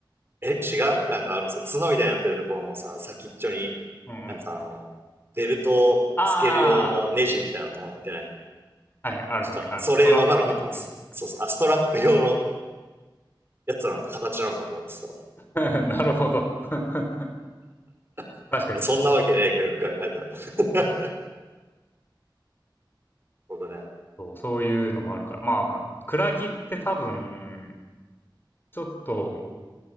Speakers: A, on the right; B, on the left.
A: え違うなんかあのさ、角みたいになってるところのさ、先っちょに、
B: うんうん。
A: なんかあの、ベルトをつける用のネジみたいなの止まってない
B: ああ、はい、あるね、
A: なんか、
B: ある。
A: それ用なのかと思ってた。
B: ストラップね。うん
A: そうそう。あ、ストラップ用のやつなのか、形なのかと思ってた
B: <laughs> なるほど。<laughs>
A: <laughs>
B: 確かに
A: そんなわけねえか、よく考えたら。<laughs> ほどね。
B: そう。そういうのもあるから。まあ、クラギって多分、ちょっと、